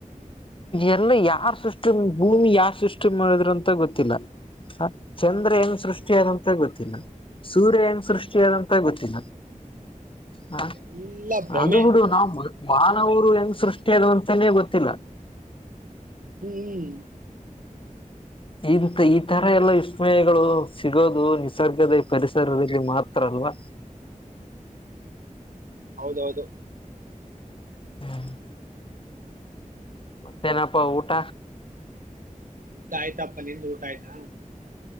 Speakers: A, on the left; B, on the right.
A: ಇಲ್ಲ ಯಾರ್ ಸೃಷ್ಟಿ ಭೂಮಿ ಯಾರ್ ಸೃಷ್ಟಿ ಮಾಡಿದ್ರು ಅಂತ ಗೊತ್ತಿಲ್ಲ ಚಂದ್ರ ಹೆಂಗ್
B: ಅಯ್ಯೋ
A: ಸೃಷ್ಟಿಯಾದಂತ ಗೊತ್ತಿಲ್ಲ ಸೂರ್ಯ ಹೆಂಗ್ ಸೃಷ್ಟಿಯಾದಂತ ಗೊತ್ತಿಲ್ಲ ಹ
B: ಎಲ್ಲಾ ಭ್ರಮೆ
A: ಅದು ಬಿಡು ನಾವು ಮಾನವರು ಹೆಂಗ್ ಸೃಷ್ಟಿ ಆದ್ವು ಅಂತನೇ ಗೊತ್ತಿಲ್ಲ
B: ಹ್ಮ್
A: ಇಂತ ಈ ತರ ಎಲ್ಲ ವಿಸ್ಮಯಗಳು ಸಿಗೋದು ನಿಸರ್ಗದ ಪರಿಸತಿ ಮಾತ್ರ ಅಲ್ವಾ
B: ಹೌದೌದು
A: ಹ್ಮ್ ಮತ್ತೇನಪ್ಪ ಊಟ
B: ಊಟ ಆಯ್ತಪ್ಪ ನಿಂದು ಊಟ ಆಯ್ತಾ